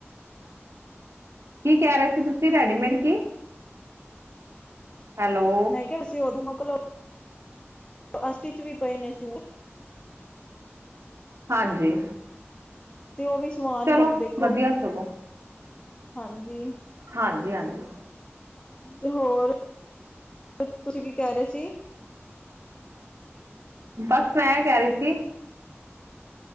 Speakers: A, on the right; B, on the left.
A: ਕੀ ਕਹਿ ਰਹੇ ਸੀ ਤੁਸੀਂ ਰੈਡੀਮੇਡ ਕੀ, ਹੈਲੋ
B: ਕੀ ਅਸੀਂ ਉਦੋਂ ਮੁੱਕਲੋ ਅਸਟਿਚ ਵੀ ਪਏ ਨੇ, ਸੂਟ।
A: ਹਾਂਜੀ
B: ਤੇ ਉਹ ਵੀ ਸਵਾਨ
A: ਚਲੋ
B: ਹੁਣ ਦੇਖੋ
A: ਵਧੀਆ ਸਗੋਂ,
B: ਹਾਂਜੀ
A: ਹਾਂਜੀ ਹਾਂਜੀ
B: ਤੇ ਹੋਰ, ਤੁਸੀਂ ਕੀ ਕਹਿ ਰਹੇ ਸੀ।
A: ਬਸ ਮੈਂ ਐ ਕਹਿ ਰਹੀ ਸੀ